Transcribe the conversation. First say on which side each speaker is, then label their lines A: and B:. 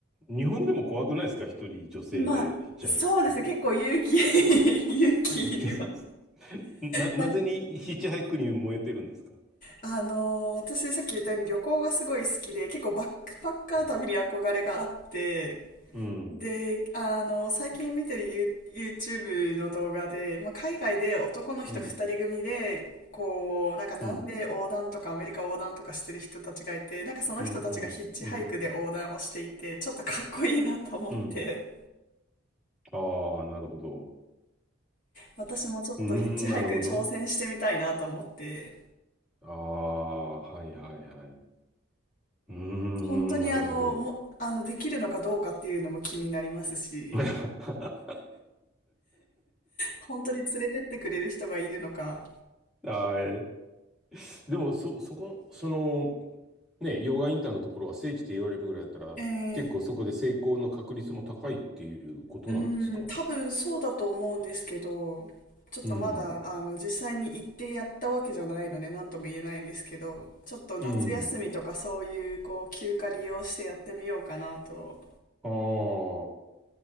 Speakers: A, in the centre; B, on the left (about 40°).
A: 日本でも怖くないですか一人女性でヒッチハイクするの。
B: まあ、そうですね。結構勇気 <laughs> 勇気いります。
A: <laughs> な、なぜにヒッチハイクに燃えてるんですか
B: なんかあのー、私さっき言ったように旅行がすごい好きで、結構バックパッカー旅に憧れがあって、
A: うん。うん
B: で、あのー、最近見てる You- YouTube の動画で、まあ、海外で男の人二人組で、
A: うん、
B: こう、なんか南米横断とかアメリカ横断とかしてる人たちがいて、
A: うん、
B: なんかその人たちがヒッチハイクで横断をしていて、
A: うん、うん、うん、
B: ちょっとかっこいいなと思って、
A: うん。ああ、なるほど。
B: 私もちょっとヒッチハイク挑戦してみたいなと思って、
A: うーん、なるほど。ああ、はいはいはい。うーん、
B: 本当にあの、
A: なるほど。
B: も、あの、できるのかどうかっていうのも気になりますし、
A: <laughs>
B: 本当に連れてってくれる人がいるのか。
A: はい。でも、そ、そこ、その、ね、溶岩インターのところが聖地って言われるぐらいだったら、
B: ええ、
A: 結構そこで成功の確率も高いっていうことなんですか
B: うん、多分そうだと思うんですけど、ちょっとまだ、
A: うん。
B: あの、実際に行ってやったわけじゃないので、なんとも言えないんですけど、ちょっと夏休みとかそういう、
A: うん。
B: こう、休暇利用してやってみようかなと。
A: あ